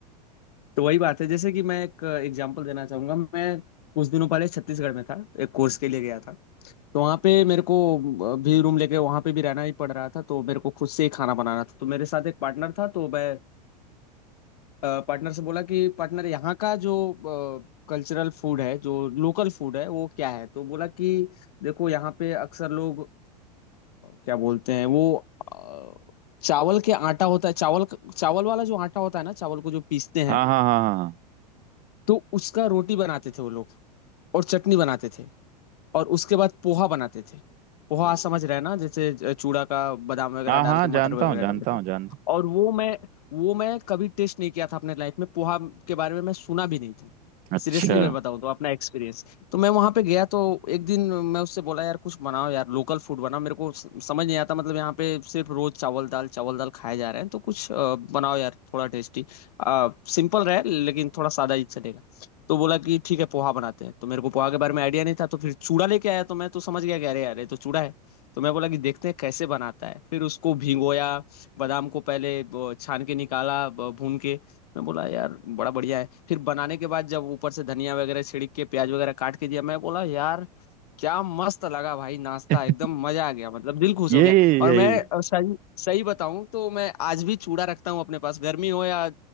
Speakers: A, on the left (about 65°); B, on the right (about 40°).
A: तो वही बात है जैसे कि मैं एक एग्जांपल देना चाहूंगा मैं कुछ दिनों पहले छत्तीसगढ़ में था एक कोर्स के लिए गया था तो वहाँ पे मेरे को अ, भी रूम लेके वहाँ पे भी रहना ही पड़ रहा था तो मेरे को खुद से ही खाना बनाना था तो मेरे साथ एक पार्टनर था तो मैं पार्टनर से बोला कि पार्टनर यहाँ का जो कल्चरल फूड है जो लोकल फूड है वो क्या है तो बोला कि देखो यहाँ पे अक्सर लोग अ, क्या बोलते हैं वो अ, चावल के आटा होता है चावल चावल वाला जो आटा होता है ना चावल को जो पीसते हैं
B: हाँ हाँ हाँ हाँ
A: तो उसका रोटी बनाते थे वो लोग और चटनी बनाते थे और उसके बाद पोहा बनाते थे पोहा हम्म समझ रहे हैं ना जैसे ज- चूड़ा का बादाम वगैरह
B: हाँ हाँ
A: डाल
B: हाँ
A: के मटर
B: जानता
A: वगैरह
B: हूँ जानता
A: डाल के
B: हूँ जानता
A: और वो मैं वो मैं कभी टेस्ट नहीं किया था अपने लाइफ में पोहा के बारे में मैं सुना भी नहीं था
B: हूँ अच्छा
A: सीरियसली मैं बताऊं तो अपना एक्सपीरियंस तो मैं वहां पे गया तो एक दिन मैं उससे बोला यार कुछ बनाओ यार लोकल फूड बनाओ मेरे को स- समझ नहीं आता मतलब यहाँ पे सिर्फ रोज चावल दाल चावल दाल खाए जा रहे हैं तो कुछ अ, बनाओ यार थोड़ा टेस्टी सिंपल रहे लेकिन थोड़ा सादा ही चलेगा तो बोला कि ठीक है पोहा बनाते हैं तो मेरे को पोहा के बारे में आइडिया नहीं था तो फिर चूड़ा लेके आया तो मैं तो समझ गया कि अरे यार ये तो चूड़ा है तो मैं बोला कि देखते हैं कैसे बनाता है फिर उसको भिगोया बादाम को पहले ब- छान के निकाला ब- भून के मैं बोला यार बड़ा बढ़िया है फिर बनाने के बाद जब ऊपर से धनिया वगैरह छिड़क के प्याज वगैरह काट के दिया मैं बोला यार क्या मस्त लगा भाई नाश्ता
B: <laughs>
A: एकदम मजा आ गया मतलब दिल खुश हो
B: यही
A: गया
B: यही
A: और मैं अ, सही सही बताऊं तो मैं आज भी चूड़ा रखता हूँ अपने पास गर्मी हो या अ,